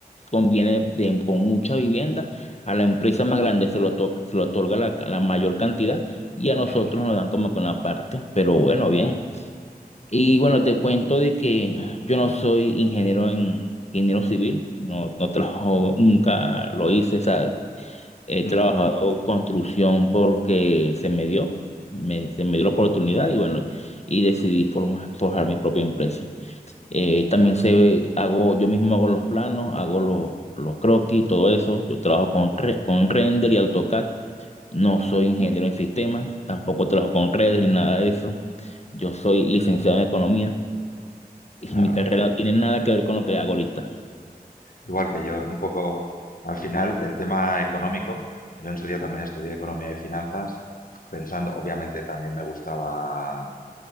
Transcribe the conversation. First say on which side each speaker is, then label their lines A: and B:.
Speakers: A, on the left; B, on the left.
A: conviene de- con mucha vivienda. A la empresa más grande se lo, to- se lo otorga la, la mayor cantidad y a nosotros
B: Ujú.
A: nos dan como que una parte. Pero bueno, bien.
B: Vale.
A: Y bueno, te cuento de que yo no soy ingeniero en ingeniero civil, no, no trabajo, nunca lo hice, o sea, he
B: Ujú,
A: trabajado construcción porque se me dio, me- se me dio la oportunidad y bueno, y decidí formar, forjar mi propia empresa. Eh, también se hago, yo mismo hago los planos, hago los, los croquis, todo eso. Yo trabajo con, re- con render y AutoCAD. No
B: ujú,
A: soy ingeniero en sistemas, tampoco trabajo con redes ni nada de eso. Yo soy licenciado en economía y
B: Claro,
A: Mi carrera no tiene nada que ver con lo que hago ahorita.
B: igual que yo, un poco al final el tema económico, yo en su día también estudié economía y finanzas, pensando, obviamente también me gustaba